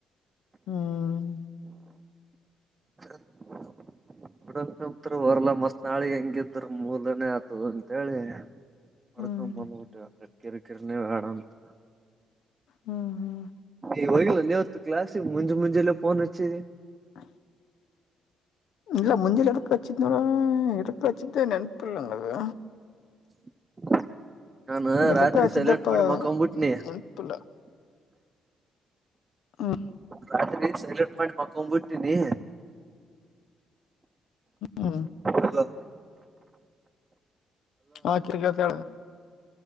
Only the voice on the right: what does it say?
ಹ್ಮ ಹಡತ್ರು ಹೊರ್ಲ್ಲಾ ಮತ್ ನಾಳಿ ಹೆಂಗಿದ್ರ ಮೂಲನೆೇ ಆತದ ಅಂತೇಳಿ ಮಾಡಡ್ಕೊಂಬಂದ
ಟ್ಟ ಕಿರಿಕಿರ್ನ ಆಡಂತ
ಈ ಹೋಗಿಲ್ಲ ನೀವತ್ತು ಕ್ಲಾಸ್ ಮುಂಜೆ ಮುಂಜೆಲ್ಲ ಫೋನ್ ಹಚ್ಚಿದೆಿ
<inaudible> ನಾನು
ರಾತ್ರಿ
ಸೈಲೆಂಟ್ ಮಾಡಿ ಮಕೊಬಿಟ್ನಿ
ರಾತ್ರಿ ಸಟ್ ಮಾಡಿ ಮಕೊ್ ಬಿಿಟ್ಟೀನಿ
ಹಲ್ಲ